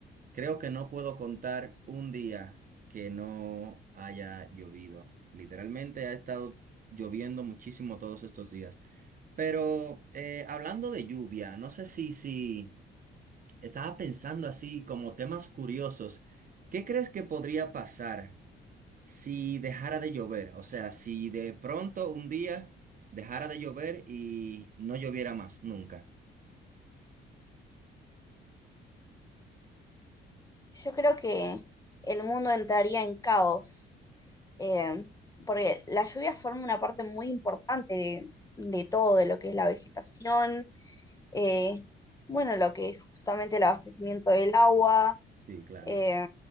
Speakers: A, on the right; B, on the left.
A: creo que no puedo contar un día que no haya llovido. Literalmente ha estado lloviendo muchísimo todos estos días. Pero eh, hablando de lluvia, no sé si, si estaba pensando así como temas curiosos. ¿Qué crees que podría pasar si dejara de llover? O sea, si de pronto un día dejara de llover y no lloviera más nunca.
B: Yo creo que el mundo entraría en caos, eh, porque la lluvia forma una parte muy importante de, de todo, de lo que es la vegetación, eh, bueno, lo que es justamente el abastecimiento del agua
A: Sí, claro.
B: Eh,